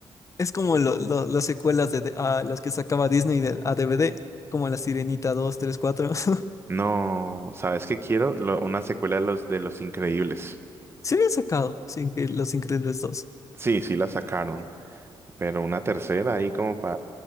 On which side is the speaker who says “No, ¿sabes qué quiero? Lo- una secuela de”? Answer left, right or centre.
Right